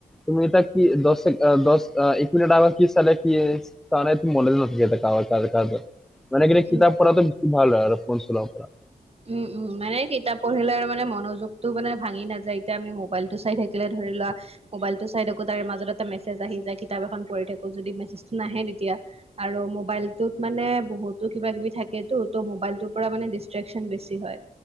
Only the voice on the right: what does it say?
উম
উম উম মানে কিতাপ পঢ়িলে মানে মনোযোগ তো মানে ভাঙি নাযায় এতিয়া আমি মোবাইল টো চাই থাকিলে ধৰি লোৱা মোবাইলতটো চাই থাকো তাৰে মাজত এটা মেছেজ আহি যায়, কিতাপ এখন পঢ়ি থাকো যদি মেছেজটো নাহে তেতিয়া। আৰু মবাইলটোত মানে বহুতো কিবা কিবি থাকটো ত মবাইলটোৰ পৰা মানে দিছক্টেক চন বেছি হয়।